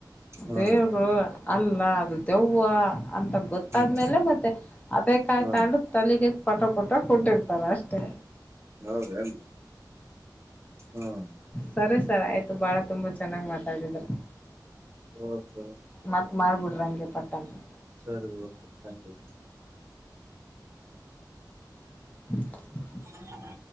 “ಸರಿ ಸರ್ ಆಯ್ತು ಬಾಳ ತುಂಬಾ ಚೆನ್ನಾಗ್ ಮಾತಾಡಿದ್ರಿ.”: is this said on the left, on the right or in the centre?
Left